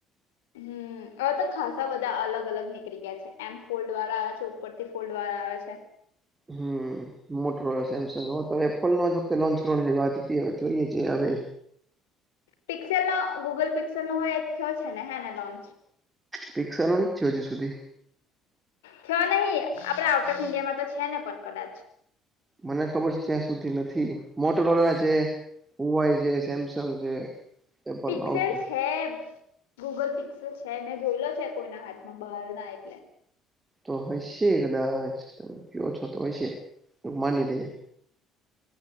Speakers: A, on the left; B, on the right.
A: હમ હવે તો ખાસા બધા અલગ અલગ નીકળી ગયા છે એમ ફોલ્ડ વાળા આવે છે ઉપરથી ફોલ્ડ વાળા આવે છે.
B: હું. મોટરો સેમસંગ હો તો એપલ નો વખતે લોન્ચ કરવા વાત હતી હવે જોઈએ છે, હવે
A: પિક્સેલ ન ગૂગલ પિક્સેલ નો હોય એ થયો છે ને હેને લોન્ચ
B: પિક્સલ નથી છે હજી સુધી
A: થયો નહી આપડે આઉટ ઓફ ઈન્ડિયામાં તો છે, ને પણ કદાચ
B: મને ખબર છે ત્યાં સુધી નથી મોટરવા છે. ઉવાઈ છે સેમસંગ છે. એપલ
A: પિક્સેસ
B: નો આવશે
A: હે ગૂગલ પિક્સલ છે ને જોયલો છે કોઈના હાથમાં બહાર ના એટલે
B: તો હયશે કદાચ તમે કો છો તો હશે તો માની લઇએ.